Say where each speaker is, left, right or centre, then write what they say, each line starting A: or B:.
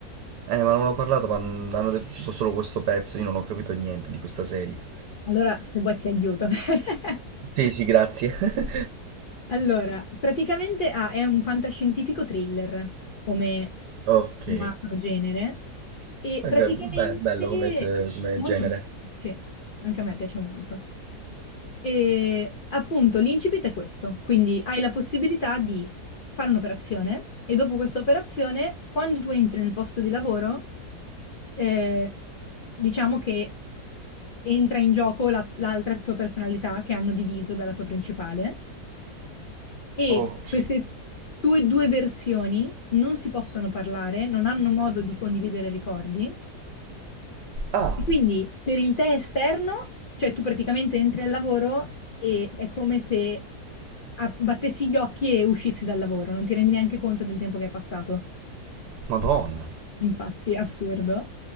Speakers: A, on the right; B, on the left.
A: Eh, ma non hanno parlato, ma n- hanno detto tipo solo questo pezzo. Io non ho capito niente di questa serie.
B: Allora, se vuoi ti aiuto. <laughs>
A: Sì, sì, grazie. <laughs>
B: Allora, praticamente ah, è un fantascientifico thriller come
A: Ok.
B: macro genere e
A: Ok,
B: praticamente
A: beh, bello come, te- come
B: molto
A: genere.
B: bello, sì, anche a me piace molto. E appunto l'incipit è questo, quindi hai la possibilità di fare un'operazione e dopo questa operazione, quando tu entri nel posto di lavoro, eh, diciamo che entra in gioco la- l'altra tua personalità che hanno diviso dalla tua principale e
A: Ok.
B: queste tue due versioni non si possono parlare, non hanno modo di condividere ricordi.
A: Ah,
B: E Quindi per il te esterno, cioè tu praticamente entri al lavoro e è come se a- battessi gli occhi e uscissi dal lavoro, non ti rendi neanche conto del tempo che è passato.
A: Madonna.
B: Infatti, è assurdo.